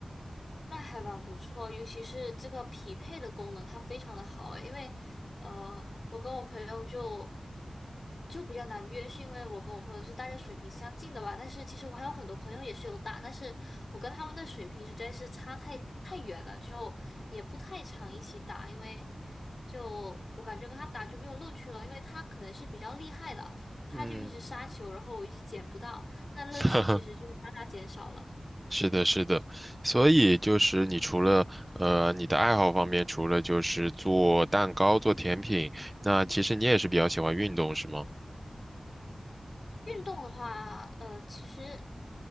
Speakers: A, on the left; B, on the right.
A: 那还蛮不错，尤其是这个匹配的功能，它非常的好诶，因为呃，我跟我朋友就就比较难约，是因为我跟我朋友是大家水平相近的吧，但是其实我还有很多朋友也是有打，但是我跟他们的水平实在是差太太远了，就也不太常一起打，因为就我感觉跟他打就没有乐趣了，因为他可能是比较厉害的，他就一直杀球，
B: 嗯，
A: 然后我一直捡不到，那乐趣其实就大大减少了。
B: <laughs> 是的，是的，所以就是你除了呃你的爱好方面，除了就是做蛋糕、做甜品，那其实你也是比较喜欢运动，是吗？
A: 运动的话，呃，其实